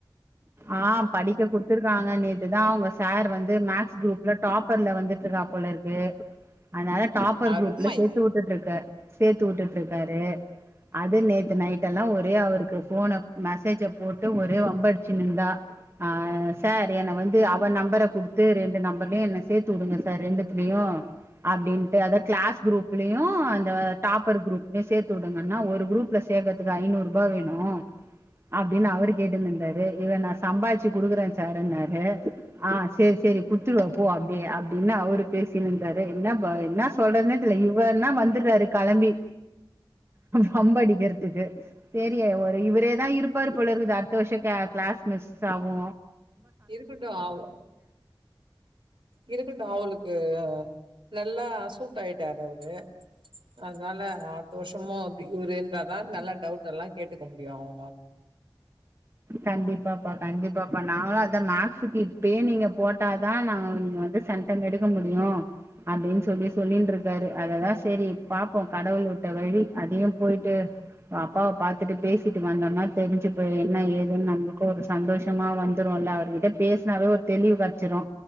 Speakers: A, on the right (about 30°); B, on the right (about 70°).
A: ஆ படிக்க குடுத்துருக்காங்க நேத்துதா அவுங்க சார் வந்து மேக்ஸ் குரூப்ல டாப்பர்ல வந்துட்டுருக்கா போல இரு க்கு அதனால டாப்பர்
B: அருமை
A: குரூப்ல சேத்து வுட்டுட்டுருக்கு சேத்து வுட்டுட்டுருக்காரு அது நேத்து நைட்டெல்லா ஒரே அவருக்கு ஃபோன மெசேஜ போட்டு ஒரே வம்படி சினுந்தா ஆ சார் என்ன வந்து அவ நெம்பர குடுத்து ரெண்டு நெம்பர்லயு என்ன சேத்துடுங்க சார் ரெண்டுத்துலுயு அப்டின்ட்டு அதா கிளாஸ் குரூப்லுயு அந்த டாப்பர் குரூப் லயு சேத்து உடுங்கன்னா ஒரு குரூப்ல சேக்கறதுக்கு ஐநூருபா வேணு அப்டினு அவரு கேட்டுனுருந்தாரு இவ நா சம்பாரிச்சி குடுக்குறே சாருனாரு ஆ சேரி சேரி குடுத்துர்வ போ அப்டியே அப்டி ன்னு அவுரு பேசினுருந்தாரு என்ன பா என்னா சொல்றதுனே தெர்ல இவனா வந்துறாரு கெளம்பி வம்படிக்கறதுக்கு சேரி ஒரு இவரேதா இருப்பாரு போலருக்குது அடுத்த வருஷ கே கிளாஸ் மிஸ் ஆவு
B: இருக்கட்டு அவ் இருக்கட்டு அவுளுக்கு நல்லா சூட் ஆயிட்டாரு அவுரு அதனால அத்த வர்ஷமு இப்டி இவுரு இருந்தாதா நல்லா டவுட் எல்லா கேட்டுக்க முடியு அவளால
A: கண்டிப்பா பா கண்டிப்பா இப்ப நாங்களு அத மேக்ஸுக்கு இப்பயே நீங்க போட்டாதா நாங்க நீங்க வந்து சென்டம் எடுக்க முடியு அப்டின் சொல்லி சொல்லின்ட்ருக்காரு அததா சரி பாப்போ கடவுள் உட்ட வழி அதையு போய்ட்டு அப்பாவ பாத்துட்டு பேசிட்டு வந்தோனா தெரிஞ்சி போய் என்ன ஏதுன்னு நம்ளுக்கு ஒரு சந்தோஷமா வந்துருல அவுர்கிட்ட பேசுனாவே ஒரு தெளிவு கெடச்சிரு